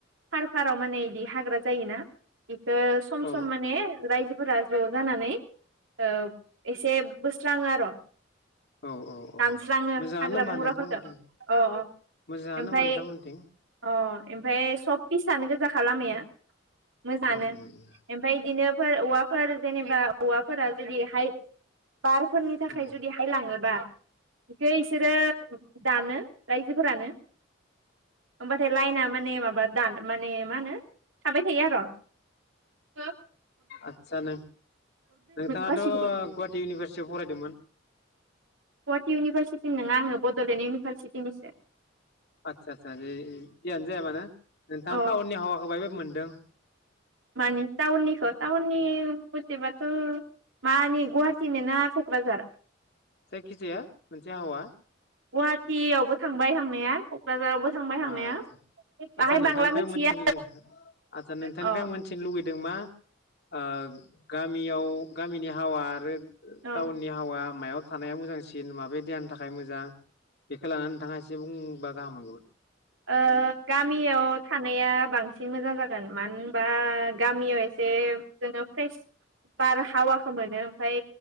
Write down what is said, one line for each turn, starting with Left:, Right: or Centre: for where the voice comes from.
Right: <unintelligible> आव माने इदि हाग्रा जायोना इखो सम
Left: औ
Right: सम माने रायजोफो फोरा ज' जानानै ओ एसे बोस्राङो आर
Left: औ औ औ
Right: दानस्राङो
Left: मोजाङानो
Right: हाग्रा
Left: होमबा
Right: बंग्राफोरखौ
Left: नोंथांमोनथिं
Right: ओ अ
Left: मोजाङानो
Right: ओमफाय
Left: होमबा नोंथांमोनथिं
Right: अ ओमफ्राय सबनि फिसायानो गोजाखा खालामाया मोजाङानो
Left: उम उम उम
Right: ओमफाय इदिनो फोर औवाफोर जेनेबा हौवाफोरा जुदि हाइ बारफोरनि थाखाय
Left: उम
Right: जुदि हायलाङोबा गैस बिसोरो दानो रायजोफोरानो होमबाथाय
Left: आदसा
Right: लायेना माने माबा दानो <unintelligible> माने मा होनो थाबाय थायो आर, <unintelligible>
Left: आथसा नों-नोंथांङाथ
Right: गासैखौबो
Left: गुवाटि इउनिभारसिटियाव फरायदोमोन?
Right: गुवाटि इउनिभारसिटि नङा आङो बडलेण्ड इउनिभारसिटिनिसो ।
Left: आथसा आदसा जेह जयानो जाया मानो नोंथांआ
Right: अ
Left: टाउनननि हावाखौ <unintelligible> <unintelligible>
Right: मानि टाउननिखो टाउननि थिबाथ मानि गुवाहाटिनो ना कक्राझार
Left: जायखिजाया मोनसे <unintelligible>
Right: गुवाहाटियावबो थांबाय हांनाया कक्राझारावबो थांबाय थांनाया
Left: ओ आदसा
Right: बाहाय
Left: आदसा नोंथांनिफ्राय
Right: बांला मिथिया
Left: आं मोनथिनो लो आचसा नोंथांनिफ्राय
Right: अ
Left: आं मोनथिनो लुबैदों मा ओ गामियाव गामिनि हावा आरो
Right: अ
Left: टाउननि हावा मायाव थानाया मोजांसिन माबे देहानि थाखाय मोजां बेखौ लानानै नोंथाङा एसे बुंबा गाहाम मोनगोमोन
Right: ओ गामियाव थानाया बांसिन मोजां जागोन मानो होनबा गामियाव ए एसे जोङो फ्रेस बार हावाखौ मोनो ओमफाय